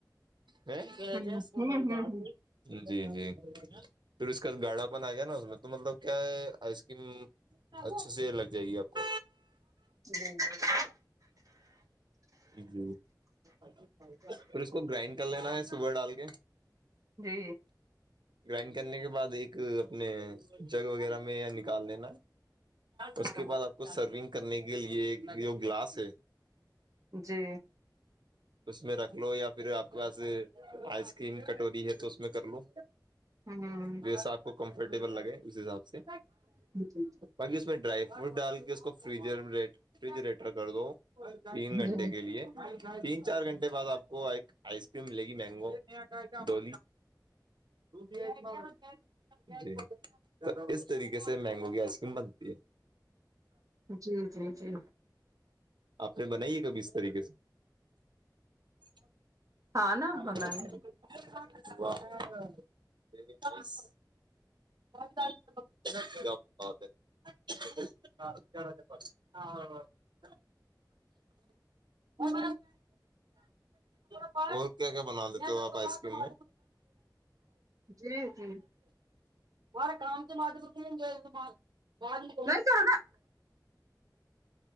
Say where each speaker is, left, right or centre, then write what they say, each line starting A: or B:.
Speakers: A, on the right (about 80°); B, on the right (about 50°).
A: ہ کہجس
B: ہوں
A: ماری
B: ہوں
A: بات
B: ہ
A: ت <unintelligible> جی جی پھر اس کا گاڑا پن آ گیا نا اس میں تو مطلب کیا ہے آئس کریم اچھے سے لگ جائے گی آپ کو
B: جی <unintelligible>
A: جی پھر اس کو گرائنڈ کر لینا ہےشوگر ڈال کے
B: جی
A: گرائنڈ کرنے کے بعد ایک اپنے جگ وغیرہ میں یا نکال لینا
B: ہاں
A: اس کے بعد آپ کو سرونگ کرنے کے لئے ایک جو گلاس ہے
B: جی
A: اس میں رکھ لو یا پھر آپ کو پاس آئس کریم کٹوری ہے تو اس میں کر لو
B: ہوں
A: جیسا آپ کو کمفرٹیبل لگے اس حساب سے
B: جی
A: باقی اس میں ڈرائی فروٹ ڈال کے اس کو ف فجریٹر کر دو تین
B: جی
A: گھنٹے کے لیے تین چار گھنٹے بعد آپ وہ آئس کریم ملے گی مینگو ڈو ہوتا جی س اس طریقے سے مینگو کی آئس کریم بنتی ہے
B: جی جی جی
A: آپ نے بنائی ہے کبھی اس طریقے سے اب
B: ہاں نا
A: ہ
B: بنائی
A: ک اںا داں وہ ب کیا کیا بنا دیتے ہو آپ آئس کرم
B: جی جی
A: ہمارا کام تو ماتم گ وار کو
B: نہیں سر نا